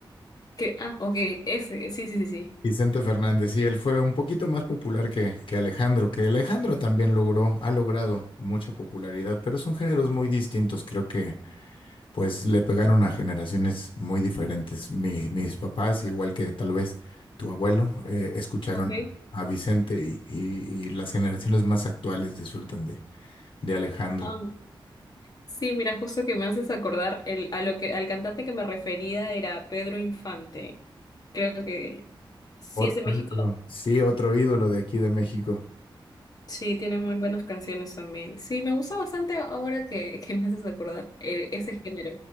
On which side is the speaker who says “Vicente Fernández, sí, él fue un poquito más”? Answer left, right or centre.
Left